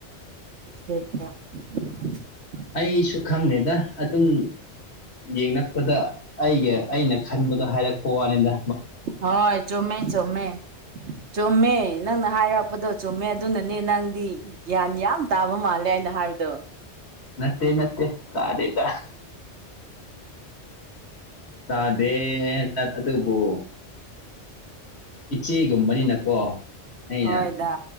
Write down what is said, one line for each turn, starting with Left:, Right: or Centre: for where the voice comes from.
Right: <unintelligible>
Left: ꯑꯩꯁꯨ ꯈꯪꯉꯦꯗ ꯑꯗꯨꯝ ꯌꯦꯡꯉꯛꯄꯗ ꯑꯩꯒ ꯑꯩꯅ ꯈꯟꯕꯗꯣ ꯍꯥꯏꯔꯛꯄ ꯋꯥꯅꯤꯅ
Right: ꯍꯣꯏ ꯆꯨꯝꯃꯦ ꯆꯨꯝꯃꯦ ꯆꯨꯝꯃꯦ ꯅꯪꯅ ꯍꯥꯏꯔꯛꯄꯗꯣ ꯆꯨꯝꯃꯦ ꯑꯗꯨꯅꯅꯦ ꯅꯪꯗꯤ ꯒ꯭ꯌꯥꯟ ꯌꯥꯝ ꯇꯥꯕ ꯃꯥꯜꯂꯦ ꯍꯥꯏꯅ ꯍꯥꯏꯕꯗꯣ
Left: ꯅꯠꯇꯦ ꯅꯠꯇꯦ ꯇꯤꯗꯦꯗ ꯇꯥꯗꯦꯅ ꯑꯗꯨꯕꯨ ꯏꯆꯦꯒꯨꯝꯕꯅꯤꯅꯀꯣ ꯑꯩꯅ
Right: ꯍꯣꯏꯗ